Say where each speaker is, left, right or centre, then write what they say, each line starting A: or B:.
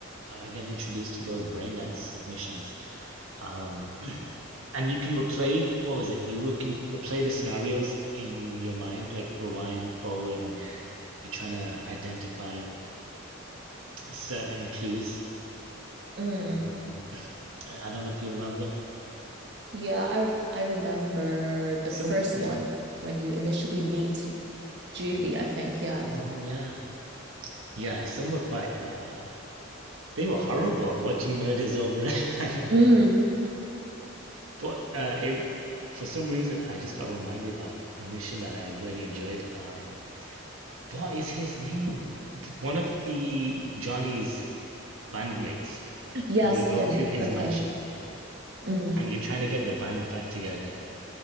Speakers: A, on the right (about 85°); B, on the right (about 55°).
A: uh, getting introduced to those brain dance missions. Um. and you can replay what was it? You re- can replay the scenarios in your mind, like rewind, forward, and you're trying to identify certain clues.
B: Mm.
A: Um, I I don't know if you remember.
B: Yeah, I I remember the
A: Some,
B: first
A: yeah.
B: one when you initially meet Judy,
A: Mm.
B: I think. Yeah.
A: Oh, yeah. Yeah, some were quite, uh, they were horrible watching murders over <laughs> and over.
B: Mm.
A: But uh, it, for some reason, I just got reminded of a mission that I really enjoyed. Um, what is his name? One of the Johnny's bandmates.
B: Yes,
A: and you go
B: him.
A: to his
B: Okay.
A: mansion
B: Mm.
A: and you're trying to get the band back together.